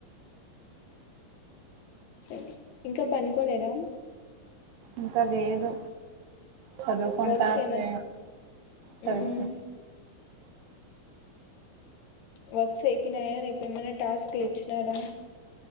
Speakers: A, on the left; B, on the right.
A: సరే ఇంకా పనుకోలేదా
B: ఇంకా లేదు సదువుకుంటా
A: వర్క్స్
B: అట్లే
A: ఏమన్నా
B: సరిపో
A: హ్మ్ వర్క్స్ అయిపోనాయా రేపు ఏమైనా టాస్క్ లు ఇచ్చినారా